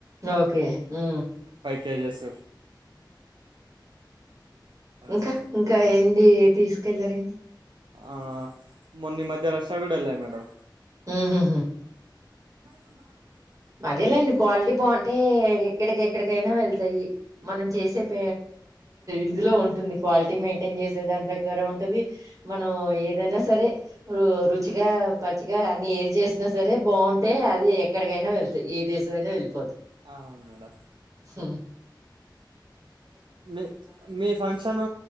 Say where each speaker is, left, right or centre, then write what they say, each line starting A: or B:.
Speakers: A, on the right; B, on the right.
A: ఓకే ఆ
B: కేజెస్ అట్లా
A: ఇంకా ఇంకా ఏంది తీసుకెళ్లారంండి
B: ఆ మొన్న మధ్య రష్యా కూడా వెళ్ళాయి మేడం
A: ఆహా
B: బాగు
A: అదేలేండి క్వాలిటీ బాగుంటే ఎక్కడికెక్కడికైనా వెళ్తాయి మనం చేసే ప ఇదిలో ఉంటుంది క్వాలిటీ మెయింటైన్ చేసే దాని ప్రక ఉంటుంది మనం ఏదైనా సరే రుచిగా పచ్చిగా అన్ని ఏ చేసిన సరే బాగుంటే అది ఎక్కడికైనా వెళ్తాయి ఏ దేశమైనా వెళ్ళిపోతంది
B: ఆ అవును మేడం
A: హ
B: మీ మీ ఫంక్షన్